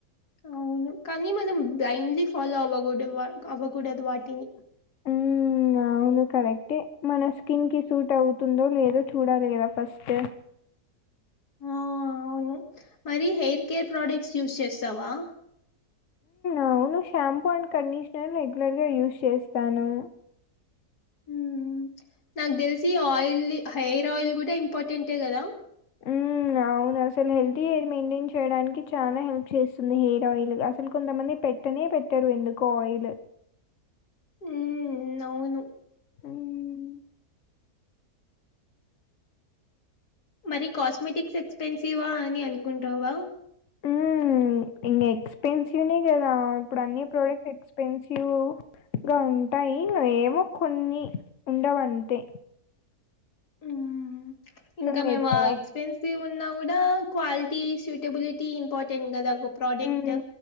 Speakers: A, on the left; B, on the left.
A: అవును కానీ మనం బ్లైండ్లీ ఫాలో అవ్వకూడదు అవ్వకూడదు వాటిని
B: మ్మ్ అవును కరెక్టే మన స్కిన్ కి సూట్ అవుతుందో లేదో చూడాలి కదా ఫస్ట్
A: ఆ అవును మరి హెయిర్ కేర్ ప్రొడక్ట్స్ యూస్ చేస్తావా
B: అవును షాంపూ అండ్ కండిషనర్ రెగ్యులర్ గా యూజ్ చేస్తాను
A: హ్మ్మ్ నాకు తెలిసి ఆయిల్ హెయిర్ ఆయిల్ కూడా ఇంపార్టెంటే కదా
B: హ్మ్మ్ అవును అసలు హెల్ది హెయిర్ మెయింటైన్ చే చేయడానికి చాలా హెల్ప్ చేస్తుంది హెయిర్ ఆయిల్ అసలు కొంతమంది పెట్టనే పెట్టరు ఎందుకో ఆయిల్
A: హ్మ్మ్ అవును
B: హ్మ్మ్
A: మరి కాస్మెటిక్స్ ఎక్స్పెన్సివా్ అని అనుకుంటావా
B: ఉ ఇం ఎక్స్పెన్సివ్నే కదా ఇప్పుడు అన్ని ప్రోడక్ట్స్ ఎక్స్పెన్సివ్ ్యవగా ఉంటాయి ఏమో కొన్ని ఉండవంతే
A: హ్మ్మ్
B: అవసరం
A: ఇంకా
B: లేదు
A: మేము ఆ
B: గదా!
A: ఎక్స్పెన్సివ్ ఉన్నా కూడా క్వాలిటీ సూటబిలిటీ ఇంపార్టెంట్ కదా ఒక ప్రోడక్ట్
B: హ్మ్.